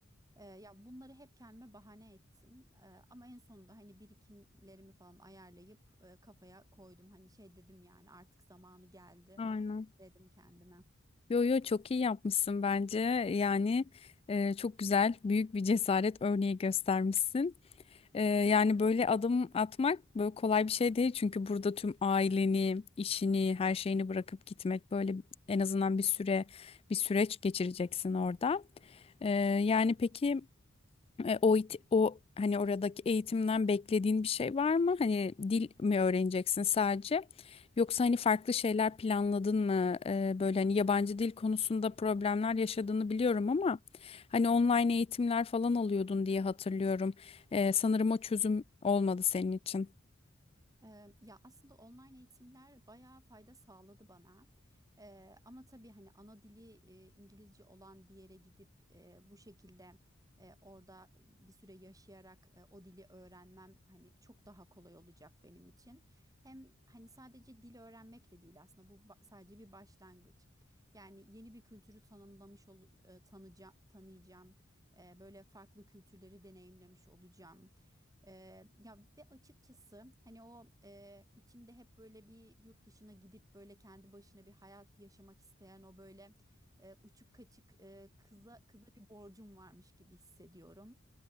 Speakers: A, on the right; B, on the left.
A: Eee, ya bunları hep kendime bahane ettim. Eee, ama en sonunda hani birikimlerimi falan ayarlayıp eee, kafaya koydum. Hani şey dedim yani artık zamanı geldi
B: Aynen.
A: dedim kendime.
B: Yo yo çok iyi yapmışsın bence yani e, çok güzel, büyük bir cesaret örneği göstermişsin. Ee, yani böyle adım atmak böyle kolay bir şey değil çünkü burada tüm aileni, işini, her şeyini bırakıp gitmek böyle en azından bir süre bir süreç geçireceksin orada. Ee, yani peki. E, o it- o hani oradaki eğitimden beklediğin bir şey var mı? Hani dil mi öğreneceksin sadece? Yoksa hani farklı şeyler planladın mı? E, böyle hani yabancı dil konusunda problemler yaşadığını biliyorum ama hani online eğitimler falan alıyordun diye hatırlıyorum. E, sanırım o çözüm olmadı senin için.
A: Eee, Ya aslında online eğitimler bayağı fayda sağladı bana. Eee, ama tabii hani ana dili eee, İngilizce olan bir yere gidip eee, bu şekilde eee, orada bir süre yaşayarak eee, o dili öğrenmem hani çok daha kolay olacak benim için. Hem hani sadece dil öğrenmek de değil aslında bu ba- sadece bir başlangıç. Yani yeni bir kültürü tanımlamış ol, eee, tanıca- tanıyacağım. Eee, böyle farklı kültürleri deneyimlemiş olacağım. Eee, ya ve açıkçası hani o eee, içimde hep böyle bir yurt dışına gidip böyle kendi başına bir hayat yaşamak isteyen o böyle eee, uçuk kaçık eee, kıza kıza bir borcum varmış gibi hissediyorum.